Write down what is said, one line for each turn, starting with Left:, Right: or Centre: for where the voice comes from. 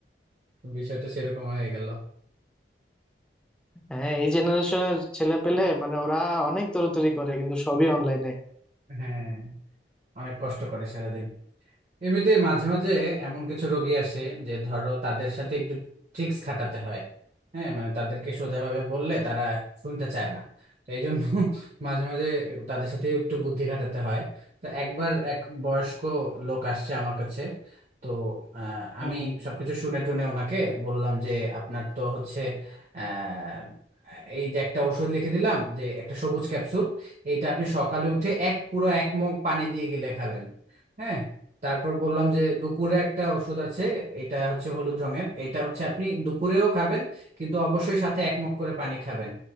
Right: বিষয়টা সেরকম হয়ে গেল
Centre: হ্যাঁ এই জেনারেশনের ছেলে পেলে মানে ওরা অনেক দৌড়াদৌড়ি করে কিন্তু সবই অনলাইনে
Right: হ্যাঁ অনেক কষ্ট করে সারাদিন এমনিতে মাঝে মাঝে এমন কিছু রোগী আসে যে ধরো তাদের সাথে একটু ট্রিক্স খাটাতে হয় হ্যাঁ মানে তাদেরকে সোজাভাবে বললে তারা শুনতে চায় না তো এই জন্য <laughs> মাঝে মাঝে তাদের সাথে একটু বুদ্ধি খাটাতে হয় তো একবার এক বয়স্ক লোক আসছে আমার কাছে তো আহ, আমি
Centre: হুম
Right: সবকিছু শুনে টুনে ওনাকে বললাম যে আপনার তো হচ্ছে আহ এই যে একটা ওষুধ লিখে দিলাম যে একটা সবুজ ক্যাপসুল এইটা আপনি সকালে উঠে এক পুরো এক মগ পানি দিয়ে গিলে খাবেন হ্যাঁ তারপর বললাম যে দুপুরে একটা ওষুধ আছে এটা হচ্ছে হলুদ রঙের এটা হচ্ছে আপনি দুপুরেও খাবেন কিন্তু অবশ্যই সাথে এক মগ করে পানি খাবেন